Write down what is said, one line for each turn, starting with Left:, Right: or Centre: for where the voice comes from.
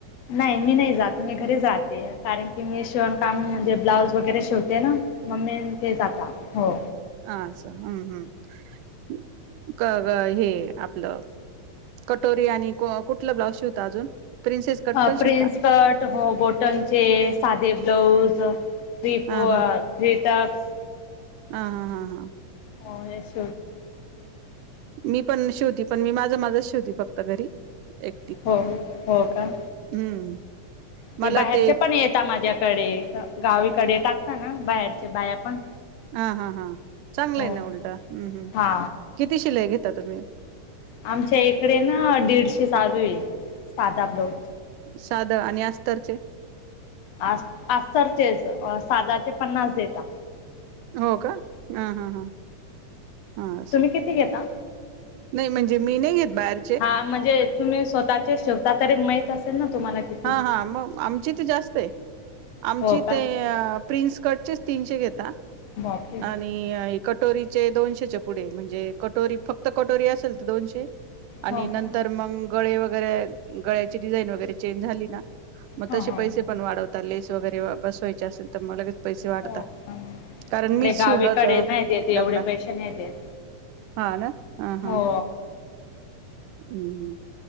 Left: नाय मी नाय जात मी घरी जाते कारण की मी शिवण काम म्हणजे, ब्लाऊज वगैरे शिवते ना मम्मीनं ते जाता हो
Right: अस हम्म हम्म क ग हे आपलं कटोरी आणि कुठलं ब्लाउज शिवता अजून प्रिन्सेस कट
Left: अ
Right: पण
Left: प्रिन्स
Right: शिवता
Left: कट हो बॉटनचे साधे ब्लाऊज थ्री
Right: हा
Left: फ
Right: हा
Left: थ्री टक्स
Right: हा हा हा हां
Left: हो. यश
Right: मी पण शेवती पण मी माझं माझं शेवती फक्त घरी एक
Left: हो हो का?
Right: हम्म
Left: हे
Right: मला
Left: बाहेरचे
Right: ते
Left: पण येेत माझ्याकडे गावीकडे टाकता ना बाहेरच्या बाया पण
Right: हा हा हां चांगलाय,
Left: हो
Right: ना उलटा हम्म हम्
Left: हा
Right: किती शिला घेता तुम्ही
Left: आमच्या इकडे ना दीडशे चालू आहे साधा ब्लाउज
Right: साध आणि अस्तरचे
Left: आ अस्तरचेच साधाचे पन्नास देेत.
Right: हो का हां हां हां हां
Left: तुम्ही किती घेता?
Right: नाही म्हणजे मी नाही घेत बाहेर
Left: हा म्हणजे तुम्ही स्वतःचे शेवता तरी माहीत असेल ना तुम्हाला किती?
Right: हा हा, मग आमची ईथ जास्त हाय, आमची
Left: हो का?
Right: ते प्रिनस कट चेच तीनशे घेता
Left: बाकी?
Right: आणि कटोरीचे दोनशेच्या पुढे,, म्हणजे, कटोरी फक्त,, कटोरी असेल तर दोनशे. आणि
Left: हो
Right: नंतर
Left: का?
Right: मग गळे वगैरे गळ्याची डिझाईन वगैरे चेंज झाली ना. मग
Left: हा
Right: तसे
Left: हा.
Right: पैसे पण वाढवतात लेस वगैरे बसवायचे असेल तर म लगेच पैसे वाढतात.
Left: हो का?
Right: कारण
Left: इकडे
Right: मीच
Left: गावीकडे
Right: शिवलत
Left: नाही देत एवढे
Right: लग्नात
Left: पैसे नाही देत.
Right: हा. ना हा
Left: हो
Right: हां हम्